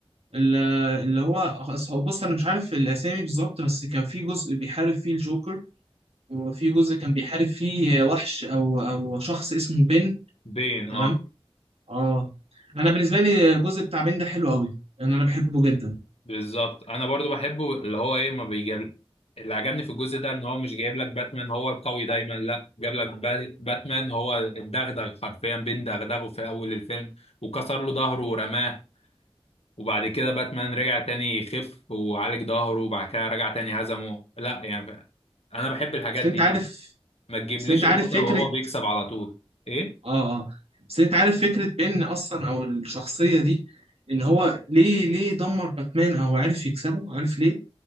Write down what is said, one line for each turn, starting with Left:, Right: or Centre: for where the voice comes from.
Right: ال- اللي هو أص- هو بص انا مش عارف الاسامي بالظبط بس كان في جزء بيحارب فيه الجوكر وفي جزء كان بيحارب فيه وحش او او شخص اسمه بين
Left: بين
Right: تمام
Left: اه
Right: اه انا بالنسبه لي الجزء بتاع بين ده حلو قوي لان انا بحبه جدا
Left: بالظبط انا برضو بحبه اللي هو ايه ما بيجيب اللي عجبني في الجزء ده ان هو مش جايب لك باتمان هو القوي دايما لا جاب لك با- باتمان هو الدغدغ حرفيا بين دغدغه في اول الفيلم وكسر له ظهره ورماه وبعد كده باتمان رجع تاني يخف وعالج ظهره وبعد كده رجع تاني هزمه لا يعني ف- انا بحب الحاجات
Right: بس
Left: دي
Right: انت عارف
Left: ما تجيبليش
Right: بس انت عارف
Left: البطل
Right: فكره
Left: وهو بيكسب على طول ايه
Right: اه اه بس انت عارف فكرة بين اصلا او الشخصية دي ان هو ليه ليه دمر باتمان او عرف يكسبه عارف ليه